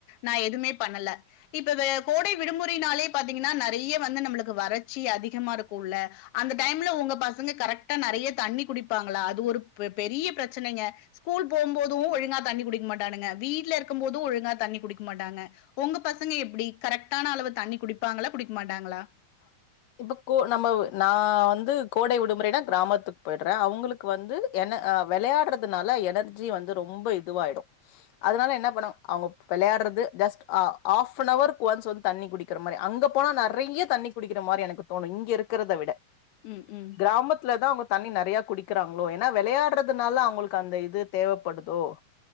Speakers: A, on the left; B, on the left.
A: நா எதுவுமே பண்ணல இப்ப வெ கோடை விடுமுறைனாலே பாத்தீங்கன்னா நறைய வந்து நம்மளுக்கு வர ட்சி அதிகமா இருக்கும்ல்ல அந்த டைம்ல உங்க பசங்க கரெக்டா நறைய தண்ணி குடிப்பாங்களா அது ஒரு ந பெரிய பிரச்சனைங்க ஸ்கூல் போகும் போதும் ஒழுங்கா தண்ணி குடிக்க மாட்டானுங்க வீட்ல இருக்கும் போதும் ஒழுங்கா தண்ணி குடிக்க மாட்டாங்க உங்க பசங்க எப்டி கரெக்டான அளவு தண்ணி குடிப்பாங்களா குடிக்க மாட்டாங்களா
B: இப்போ கோ நம்ம நா வந்து கோடை விடுமுறைனா கிராமத்துக்கு போயிடுறேன் அவங்களுக்கு வந்து என்ன அ வெளையாடுறதுனால எனர்ஜி வந்து ரொம்ப இதுவாயிடும் அதனால என்ன பண்ணும் அவங்க வெளையாடுறது just ah of on அவர்க் once வந்து தண்ணி குடிக்கற மாரி அங்க போனா நறைய தண்ணி குடிக்கிற மாரி எனக்கு தோணும் இங்க இருக்கறத விட
A: ம் ம்
B: கிராமத்துல தா அவங் தண்ணி நறைய குடிக்கிறாங்களோ ஏன்னா வெளையாடுறதுனால அவங்களுக்கு அந்த இது தேவைப்படுதோ